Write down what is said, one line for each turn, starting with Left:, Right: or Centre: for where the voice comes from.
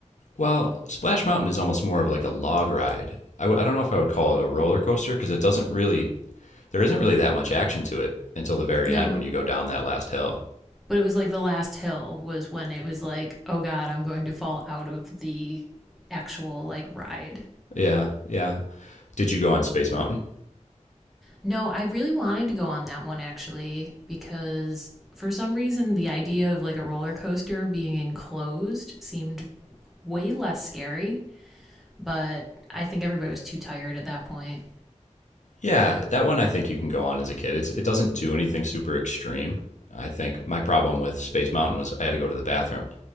Left: Well, Splash Mountain is almost more of like a log ride. I w- I don't know if I would call it a roller coaster because it doesn't really, there isn't really that much action to it until the very
Centre: No.
Left: end when you go down that last hill.
Centre: But it was like the last hill was when it was like, oh God, I'm going to fall out of the actual like ride.
Left: Yeah, yeah. Did you go on Space Mountain?
Centre: No, I really wanted to go on that one actually because for some reason the idea of like a roller coaster being enclosed seemed way less scary, but I think everybody was too tired at that point.
Left: Yeah, that one I think you can go on as a kid. It's it doesn't do anything super extreme. I think my problem with Space Mountain was I had to go to the bathroom.